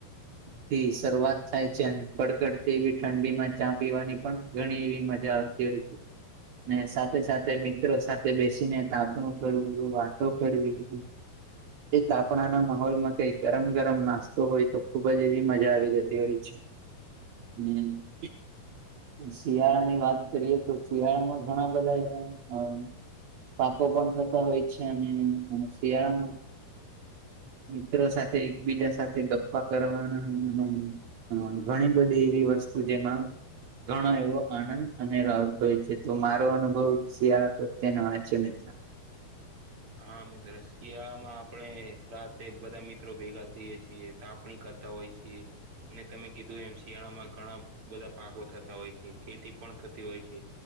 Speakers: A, on the right (about 60°); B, on the right (about 40°).
A: થી શરૂઆત થાય છે અને કડકડ એવી ઠંડીમાં ચા પીવાની પણ ઘણી એવી મજા આવતી હોય છે. ને સાથે સાથે મિત્રો સાથે બેસીને તાપણું કરવું વાતો કરવી. એ તાપણાના માહોલમાં કઈ ગરમ ગરમ નાસ્તો હોય તો ખુબ જ એવી મજા આવી જતી હોય છે. હમ શિયાળા ની વાત કરીએ તો શિયાળા માં ઘણા બધા એવા પાકો પણ થતા હોય છે અને શિયાળામાં મિત્રો સાથે એકબીજા સાથે ગપ્પા કરવાના હ ઘણી બધી એવી વસ્તુ જેમાં ઘણો એવો આનંદ અને રાવથ હોય છે તો મારો અનુભવ શિયાળા પ્રત્યનો આ છે મિત્ર.
B: હા મિત્રો શિયાળામાં આપણે રાતે બધા મિત્રો ભેગા થઈએ છીએ. તા આપણી કરતા હોય છીએ. ને તમે કીધું એમ શિયાળામાં ઘણા બધા પાકો થતા હોય છે ખેતી પણ થતી હોય છે.